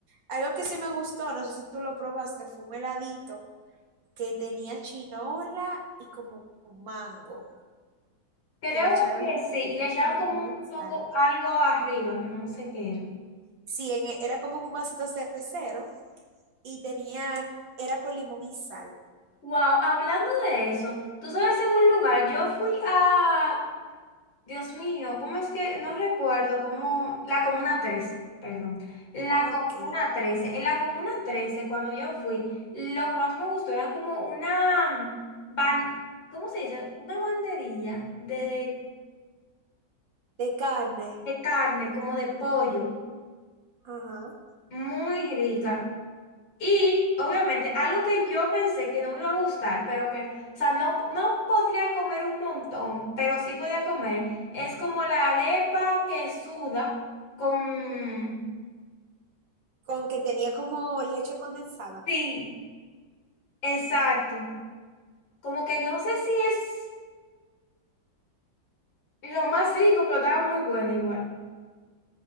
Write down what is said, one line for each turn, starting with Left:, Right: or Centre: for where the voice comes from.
Right: Algo que sí me gustó, no sé si tú lo probaste, fue un heladito que tenía chinola y como mango.
Left: Creo
Right: que le echaron
Left: que
Right: lim-
Left: sí, y le echaban
Right: limón
Left: como un
Right: y sal.
Left: poco algo arriba, que no sé qué era.
Right: Sí, en- e- era como un vasito cervecero y tenía, era con limón y sal.
Left: Wow, hablando de eso, tú sabes, en un lugar, yo fui a, Dios mío, ¿cómo es que? No recuerdo, cómo, la Comuna Trece, perdón, la
Right: Ok.
Left: Comuna Trece. en la Comuna Trece cuando yo fui, lo que más me gustó era como una, mm, ban, ¿cómo se dice? Una banderilla de,
Right: De carne.
Left: de carne, como de pollo,
Right: Ajá.
Left: muy rica. Y obviamente algo que yo pensé que no me iba a gustar, pero que, o sea, no, no podría comer un montón, pero sí podría comer, es como la arepa que suda con...
Right: Con que tenía como leche condensada.
Left: Sí, exacto. Como que no sé si es lo más rico, pero estaba muy bueno igual.